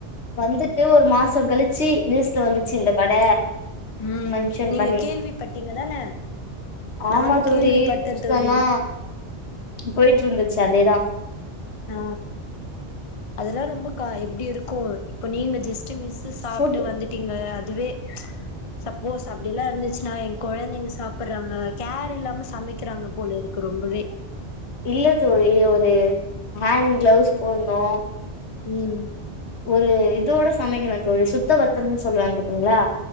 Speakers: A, on the left; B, on the left.
A: வந்துட்டு ஒரு மாசங் கழி ச்சி நியூஸ்ல வந்துச்சு இந்த கட
B: ம்
A: மென்ஷன்
B: நீங்க
A: பண்ணி
B: கேள்விப்பட்டீங்க தான
A: ஆமா
B: நானு
A: தோழி
B: கேள்விப்பட்டே
A: நியூஸ்லல்லா
B: தோழி
A: போயிட்டு இருந்துச்சு அதேதா
B: ஆ அதெல்லா ரொம்ப க எப்டி இருக்கு இப்ப நீங்க ஜஸ்ட் மிஸ் இது சாப்ட்டு
A: ஃபுட்
B: வந்துட்டீங்கல்ல அதுவே சப்போஸ் அப்டி எல்லா இருந்துச்சுனா என் கொழந்தைங்க சாப்பறாங்க கேர் இல்லாம சமைக்கிறாங்க போலரு க்கு ரொம்பவே
A: இல்ல தோழி ஒரு ஹேண்ட் க்ளவுஸ் போணு
B: ம்
A: ஒரு இதோட சமைக்கணுந் தோழி சுத்த பத்தம்னு சொல்லுவாங்க பாத்தீங்ளா